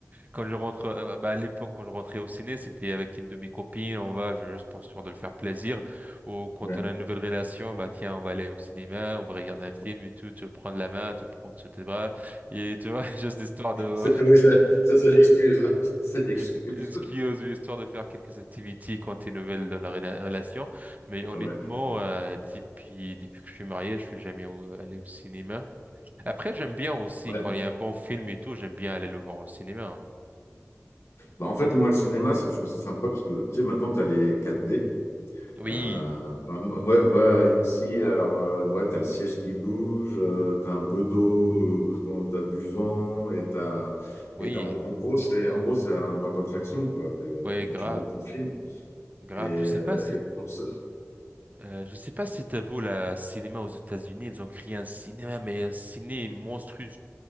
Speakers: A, on the right; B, on the left.
A: quand je rentre, euh, bah, à l'époque quand je rentrais au ciné, c'était avec une de mes copines, on va, je, je pense histoire de le faire plaisir, ou quand
B: Ouais.
A: on a une nouvelle relation, bah tiens, on va aller au cinéma, on va regarder un film et tout, tu le prends de la main, tu le prends sous tes bras, et tu vois, <laughs> juste histoire de
B: C'est- oui, ça, ça, c'est l'excuse. <laughs> Ça, C'est l'excuse.
A: Ce qui ose histoire de faire quelques activités quand t'es nouvelle dans la rela- relation. Mais honnêtement,
B: Ouais.
A: euh, depuis, depuis que je suis marié, je suis jamais au- allé au cinéma. Après, j'aime bien aussi,
B: Ouais.
A: quand il y a un bon film et tout, j'aime bien aller le voir au cinéma. hein.
B: Bah, en fait, moi, le cinéma, c'est, je trouve ça sympa parce que, tu sais, maintenant, tu as les quatre d
A: Oui,
B: Euh, enfin, ouais, ouais, ici, alors, euh, ouais, t'as le siège qui bouge, tu t'as un peu d'eau, euh, quand t'as du vent, et t'as,
A: oui,
B: et t'as- en, en gros, c'est, en gros, c'est un parc d'attraction, quoi, avec, euh,
A: ouais,
B: quand
A: grave,
B: tu regardes ton film.
A: grave.
B: Et,
A: Je sais
B: euh,
A: pas si,
B: et pour ce,
A: euh, je sais pas si t'as vu le cinéma aux États-Unis, ils ont créé un cinéma, mais un ciné monstrueux.